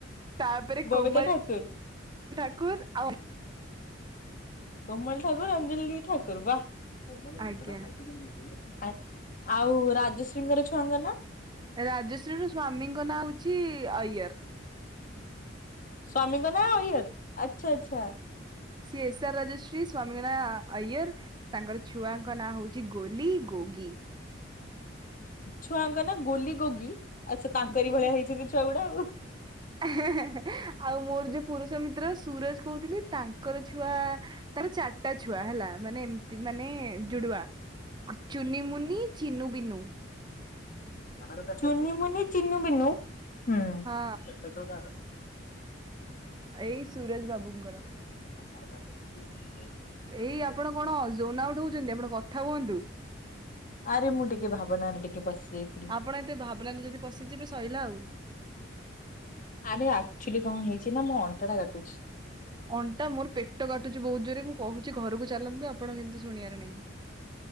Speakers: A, on the right; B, on the left.
A: ତାପରେ
B: ବବିତା
A: କୋମଲ୍
B: ଠାକୁର,
A: ଠାକୁର୍ ଆଉ
B: କୋମଲ ଠାକୁର ଅଞ୍ଜଲି ଠାକୁର ବା। <unintelligible>
A: ଆଜ୍ଞା
B: ଆ ଆଉ ରାଜଶ୍ରୀଙ୍କର ଛୁଆଙ୍କ ନାଁ?
A: ରାଜଶ୍ରୀର ସ୍ଵାମୀଙ୍କ ନାଁ ହଉଛି ଅୟର୍। <unintelligible>
B: ସ୍ଵାମୀଙ୍କ ନାଁ ଅୟର୍ ଆଚ୍ଛା ଆଚ୍ଛା।
A: ସିଏ ଏସ୍ ଆର୍ ରାଜଶ୍ରୀ, ସ୍ଵାମୀଙ୍କ ନାଁ ଅୟର୍ ତାଙ୍କର ଛୁଆ ଙ୍କ ନାଁ ହଉଛି ଗୋଲି, ଗୋଗି।
B: ଛୁଆଙ୍ଗ ନା ଗୋୋଲି, ଗୋଗି। ଆଚ୍ଛା ତାଙ୍କରି ଭଳିଆ ହେଇଛନ୍ତି ଛୁଆ ଗୁଡା ଆଉ।
A: ହେଁ ହେଁ ଆଉ ମୋର ଯେ ପୁରୁଷ ମିତ୍ର ସୁରଜ କହୁଥିଲି ତାଙ୍କର ଛୁଆ ତାର ଚାରିଟା ଛୁଆ ହେଲା ମାନେ ଏମିତି ମାନେ ଯୁଡୁଆ ଚୁନି, ମୁୁନି, ଚିନୁ, ବିିନୁ।
B: କାହାର ଚାରିଟା ଛୁଆ? ଚୁନି, ମୁନି, ଚିିନୁ, ବିନୁ। ହୁଁ। ଚାରିଟା
A: ହଁ
B: ଛୁଆ କାହାର?
A: ଏଇ ସୁରଜ ବାବୁଙ୍କର।
B: ବାହା ହେଲା ପରେ ସ୍ତ୍ରୀ କି
A: ଏଇ ଆପଣ କଣ ଯୋନା ଆଉଟ ହଉଛନ୍ତି। ଆପଣ କଥା ହୁଅନ୍ତୁ
B: ଆରେ ମୁଁ ଟିକେ ଭାବନାରେ ଟିକେ ପଶି ଯାଇଥିଲି।
A: ଆପଣ ଏତେ ଭାବନାରେ ଯଦି ପଶିଯିବେ ଶଇଲା ଆଉ।
B: ଆରେ ଆକ୍ଚୁଲି କଣ ହେଇଛି ନା ମୋ ଅଣ୍ଟାଟା କାଟୁଛି।
A: ଅଣ୍ଟା ମୋର ପେଟ କାଟୁଛି ବହୁତ ଜୋରେ ମୁଁ କହୁଛି ଘରକୁ ଚାଲନ୍ତୁ ଆପଣ କିନ୍ତୁ ଶୁଣିବାର ନାହିଁ